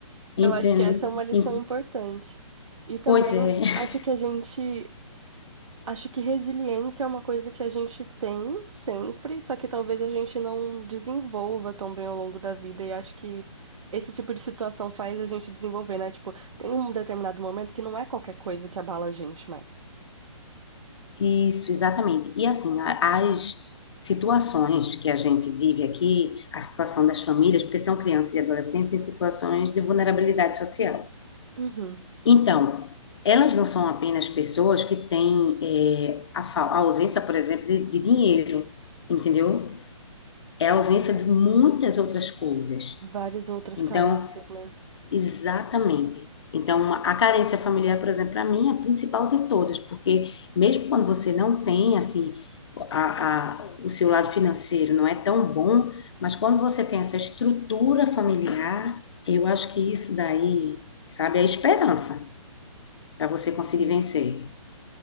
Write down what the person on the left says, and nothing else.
entende?
E-
pois é, <laughs>
isso, exatamente. E assim, a- as situações que a gente vive aqui, a situação das famílias, porque são crianças e adolescentes em situações de vulnerabilidade social.
Então, elas não são apenas pessoas que têm eh, a, fa- a ausência, por exemplo, de, de dinheiro, entendeu? É a ausência de muitas outras coisas.
Então,
exatamente. Então, a carência familiar, por exemplo, para mim é a principal de todas, porque mesmo quando você não tem, assim, a, a- o seu lado financeiro não é tão bom, mas quando você tem essa estrutura familiar, eu acho que isso daí, sabe, é a esperança para você conseguir
vencer.